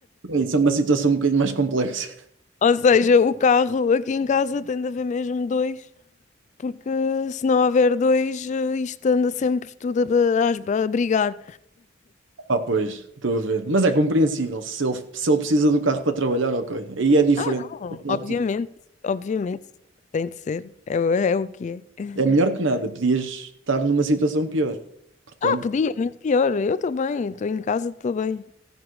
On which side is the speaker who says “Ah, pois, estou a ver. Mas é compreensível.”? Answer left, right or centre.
Right